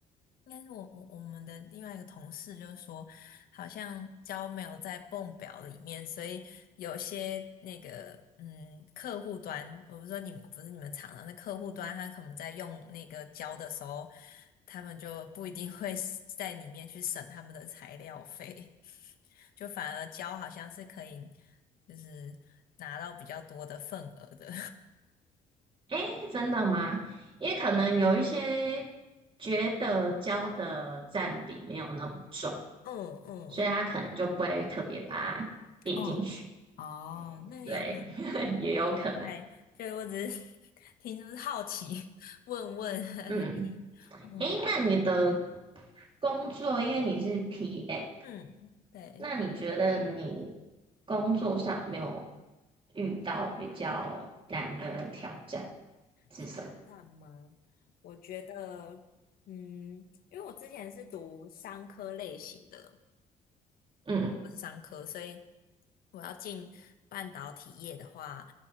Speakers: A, on the left; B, on the right.
A: 应该是我我我们的另外一个同事就是说，好像胶没有在泵表里面，所以有些那个嗯客户端，我不是说你们不是你们厂的，那客户端他可能在用那个胶的时候，他们就不一定会是在里面去省他们的材料费，<laughs> 就反而胶好像是可以就是拿到比较多的份额的，
B: 诶，真的吗？因为可能有一些觉得胶的占比没有那么重，
A: <laughs> 嗯嗯。
B: 所以他可能就不会特别把它列进去。
A: 嗯，<laughs> 哦，那也有可能，
B: 对，<laughs> 也有可能。
A: 哎，这个我只是 <laughs> 听就是好奇，问问而已。
B: 嗯，
A: 嗯
B: 诶，那你的工作，因为你是 PM。
A: 嗯，对，
B: 那你觉得你工作上有没有遇到比较难的挑战是什么？
A: 挑战吗？我觉得，嗯，因为我之前是读商科类型的，
B: 嗯，
A: 不是商科，所以我要进半导体业的话，